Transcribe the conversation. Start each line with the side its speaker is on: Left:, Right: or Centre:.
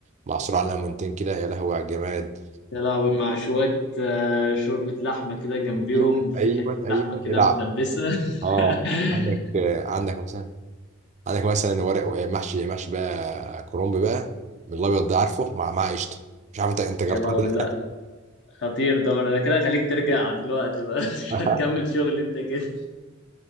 Right: معصور على ليمونتين كده يا لهوي على الجماد
Left: يا لهوي مع شوية آه، شوربة لحمة كده جنبيهم
Right: ايوه
Left: في
Right: ايوه
Left: حتة
Right: ايوه
Left: لحمة
Right: العب
Left: كده متلبسة <laughs>
Right: اه عندك آه، عندك مثلا عندك مثلا ورق وإيه، محشي محشي بقى كرنب بقى من الابيض ده عارفه مع مع قشطه مش عارف انت انت جربتها
Left: يا لهوي
Right: ولا
Left: لا خطير ده انا كده خليك ترجع دلوقتي بقى <laughs> مش
Right: لأ.
Left: هتكمل شغل انت كده